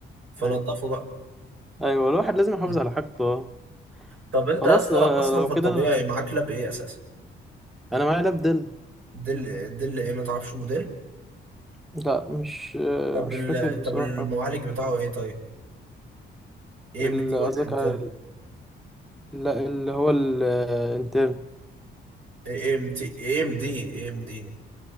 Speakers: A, on the right (about 75°); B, in the centre.
A: فنضفه
B: ايوه
A: بقى
B: ايوه الواحد لازم يحافظ
A: مم.
B: على حاجته آه.
A: طب انت
B: خلاص
A: يا اسطى
B: آه،
A: اصلا
B: لو
A: في الطبيعي
B: كده انا
A: معاك لاب ايه اساسا؟
B: انا معايا لاب دل
A: دل دل ايه ما تعرفش موديل
B: لا مش آه،
A: طب
B: مش
A: ال...
B: فاكر بصراحه
A: طب المعالج بتاعه ايه طيب اي
B: ال-
A: ام تي ولا
B: قصدك
A: انتل
B: على ال- لا اللي هو الانترن
A: اي ام تي اي ام دي اي ام دي